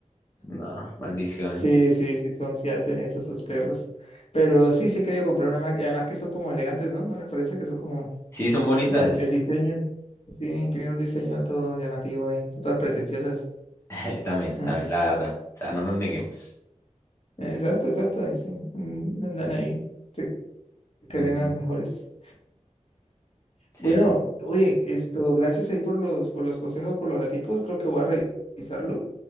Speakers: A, on the left; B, on the left.
A: No, maldición.
B: Sí, sí, sí, son, sí hacen eso esos perros. Pero sí, sí he querido comprar una Mac, y además que son como elegantes, ¿no? No me parece que son como...
A: Sí, son bonitas.
B: El, el diseño, sí, tienen un diseño todo llamativo ahí, son todas pretenciosas. <laughs>
A: <laughs> También,
B: Ja.
A: también, la verdad. O sea, no lo neguemos.
B: Exacto, exacto, ahí sí, mm, andan ahí, se creen
A: Ujú,
B: las mejores.
A: Sí.
B: Bueno, oye, esto, gracias ahí por los, por los consejos, por los daticos, creo que voy a re- revisarlo